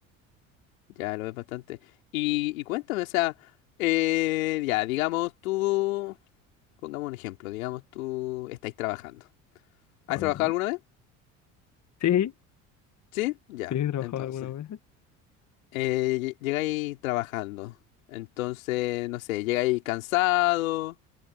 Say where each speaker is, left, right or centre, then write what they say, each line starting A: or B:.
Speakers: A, on the left (about 80°); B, on the left (about 45°).
A: Ya lo ves bastante. Y, y cuéntame, o sea, eh, ya, digamos tú, pongamos un ejemplo, digamos tú estáis trabajando. ¿Has
B: Ok,
A: trabajado alguna vez?
B: Sí,
A: Sí, ya,
B: sí, he trabajado
A: entonces.
B: algunas veces.
A: eh, lle- llegáis trabajando. Entonces, no sé, llegáis cansado